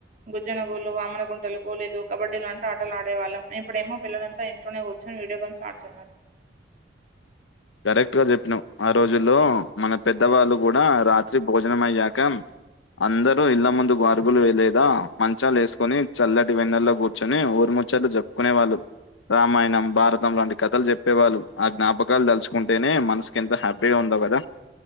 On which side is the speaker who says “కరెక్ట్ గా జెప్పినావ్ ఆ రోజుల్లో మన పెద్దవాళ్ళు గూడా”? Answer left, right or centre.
Left